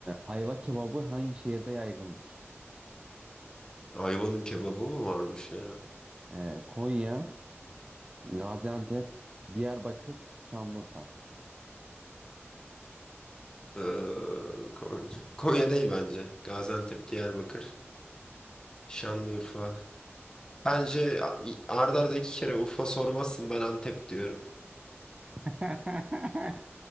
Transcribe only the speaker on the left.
Ayva'nın kebabı mı varmış ya?
Ee, Kon- Konya değil bence. Gaziantep, Diyarbakır, Şanlıurfa. Bence arda arda iki kere Urfa sormazsın ben Antep diyorum.